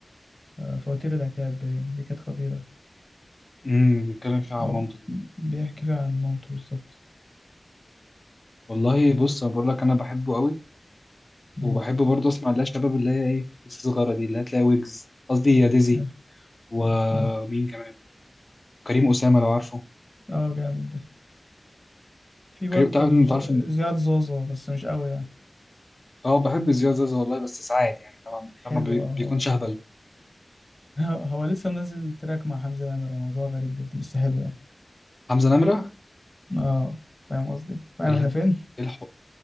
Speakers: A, on the left (about 30°); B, on the left (about 45°).
A: آه، فواتير العتاب باين دي كانت خطيرة
B: امم بيتكلم فيها عن
A: أو
B: مامته دي
A: بيحكي فيها عن مامته بالظبط
B: والله بص انا بقول لك انا بحبه قوي
A: مم.
B: وبحب برضه اسمع اللي هي الشباب اللي هي ايه لسه صغيره دي اللي هتلاقي ويجز قصدي يا ديزي
A: اه
B: ومين
A: اه
B: كمان كريم اسامه لو عارفه
A: آه، جامد ده في برضه
B: كريم تعرف انت
A: ز-
B: عارف إن-
A: زياد زازا بس مش قوي يعني
B: اه بحب زياد زازا والله بس ساعات يعني لما
A: حلو
B: لما بي-
A: اه
B: ما بيكونش
A: هو
B: اهبل
A: <laughs> هو لسه منزل تراك مع حمزة نمرة موضوع غريب جدا بس حلو يعني
B: حمزه نمره
A: اه فاهم قصدي فاهم
B: ال...
A: احنا فين
B: إيه الح... إيه